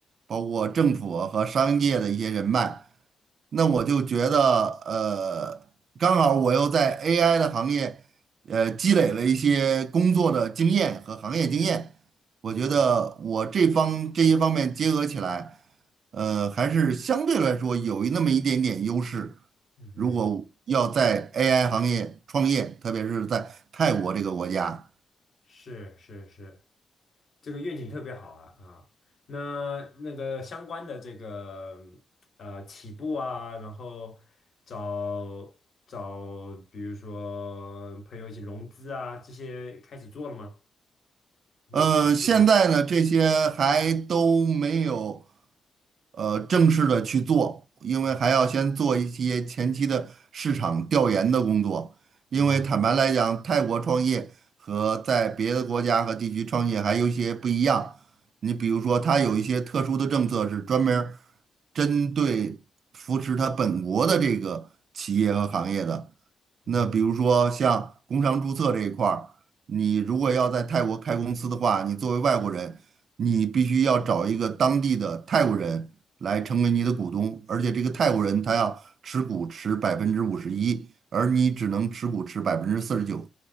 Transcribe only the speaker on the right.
包括政府和商业的一些人脉。那我就觉得，呃，刚好我又在 AI 的行业，呃，积累了一些工作的经验和行业经验，我觉得我这方这些方面结合起来，
呃，还是相对来说有一那么一点点优势。
如果要在 AI 行业创业，特别是在泰国这个国家，
呃，现在呢，这些还都没有。呃正式的去做，因为还要先做一些前期的市场调研的工作。
因为坦白来讲，
泰国创业和在别的国家和地区创业还有一些不一样。你比如说，它有一些特殊的政策是专门儿针对扶持它本国的这个企业和行业的。那比如说像工商注册这一块儿，
你如果要在泰国开公司的话，你作为外国人，你必须要找一个当地的泰国人。来成为你的股东，而且这个泰国人他要持股持百分之五十一，而你只能持股持百分之四十九。